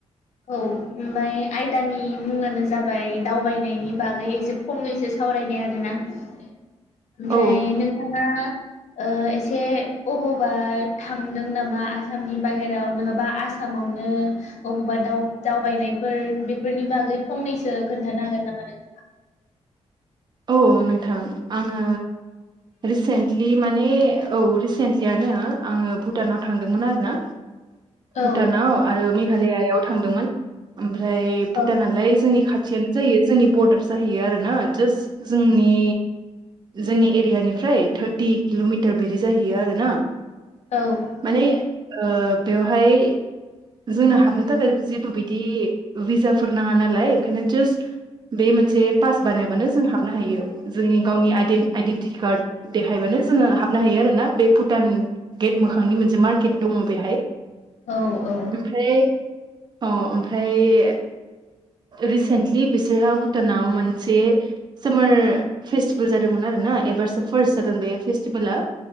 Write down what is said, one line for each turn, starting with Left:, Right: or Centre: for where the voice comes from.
Left: औ ओमबाय आयदानि मुङानो जाबाय दावबायनायनि बागै जेब फंनैसो सावरायनाय आरोना ओमफ्राय
Right: औ
Left: नोंथाङा ओ एसे अबावबा थांदों नामा? आसामनि बाहेराव नोङाबा आस आसामावनो अबावबा। दावब-दावबायनायफोर बेफोरनि बागै फंनैसो खोन्थानो हागोन नामा नोंथ
Right: औ नोंथां आङो रिसेन्ट लि माने औ रिसेन्टलियानो आङो भुटानाव थांदोंमोन आरो ना।
Left: औ
Right: भुटानाव आरो मेघालियाआव थांदोंमोन ओमफ्राय भुटानलाय
Left: औ
Right: जोंनि खाथियानो। जायो जोंनि बरडार जाहैयो आरोना जास्ट जोंनि जोंनि एरियानिफ्राय थार्टि किल'मिटार बेदि जाहैयो आरो ना।
Left: औ
Right: माने ओ बेवहाय जोंना हाबनो थाखाय जेबो बिदि भिजाफोर नाङा नालाय ओंखायनो जास्ट। बे मोनसे पास बानायबानो ज जोङो हाबनो हायो जोंनि गावनि‌ आइडेन्ट-आइडेन्टि कार्ड देखायबानो जोङो हाब नाहैयो आरो ना, बे भुटान गेट मोखांनि मोनसे मार्केट दङ बेहाय।
Left: औ औ
Right: ओमफ्राय औ ओमफ्राय रिसेन्टलि बिसोरहा भुटानाव मोनसे सोमार फेस्टिभेल जादोंमोन आरो ना एबारसो फार्स्ट जादों बे फेस्टिभोला।